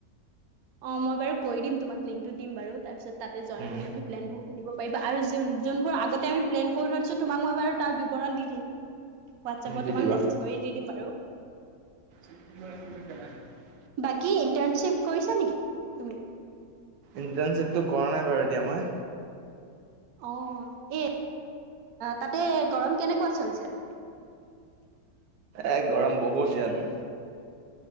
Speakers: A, on the right; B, on the right.
A: অ', মই বাৰু কৈ দিম তোমাক লিংকটো দিম বাৰু তাৰপিছত তাতে জৈন
B: উম,
A: হৈ তুমি প্লেন পাৰিবা আৰু যোনবোৰ আগতে আমি প্লেন কৰি থৈছো তোমাক মই বাৰু তাৰ বিৱৰণ দি দিম। হোৱাটছএপত
B: উম, দি
A: তোমাক
B: দিবা।
A: মেছেজ কৰি দি দিম বাৰু।
B: <inaudible>
A: বাকী ইণ্টাৰ্ণশ্বিপ কৰিছা নেকি তুমি?
B: ইণ্টাৰ্ণশিপতটো কৰা নাই বাৰু এতিয়া আমাৰ।
A: অ', এ তাতে গৰম কেনেকুৱা চলিছে?
B: এ গৰম বহুত ইয়াত।